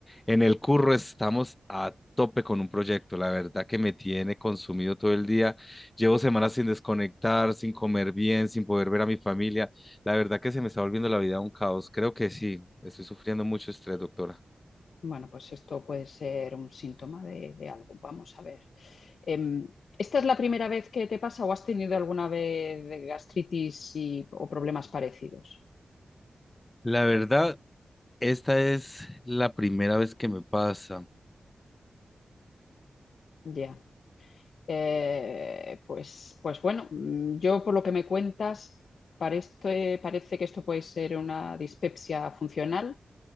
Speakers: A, on the left (about 20°); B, on the left (about 75°).
A: En el curro estamos a tope con un proyecto, la verdad que me tiene consumido todo el día. Llevo semanas sin desconectar, sin comer bien, sin poder ver a mi familia. La verdad que se me está volviendo la vida un caos. Creo que sí, estoy sufriendo mucho estrés, doctora.
B: Bueno, pues esto puede ser un síntoma de, de algo. Vamos a ver. Em, ¿esta es la primera vez que te pasa o has tenido alguna vez de gastritis y- o problemas parecidos?
A: La verdad, esta es la primera vez que me pasa.
B: Ya. Eh, pues, pues bueno, mm, yo por lo que me cuentas, para esto, eh, parece que esto puede ser una dispepsia funcional,